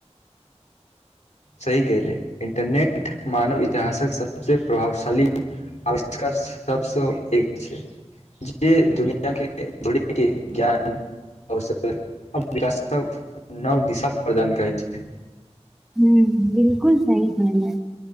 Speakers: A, on the left; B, in the centre.
A: सही कहिले इंटरनेट मानव इतिहासक सबसे प्रभावशाली <inaudible> आविष्कार सबसँ एक जे दुनिया के जोड़ी <inaudible> के ज्ञान औस <inaudible> <inaudible> नव दिशा प्रदान करै छै
B: हम्म बिलकुल सही कहला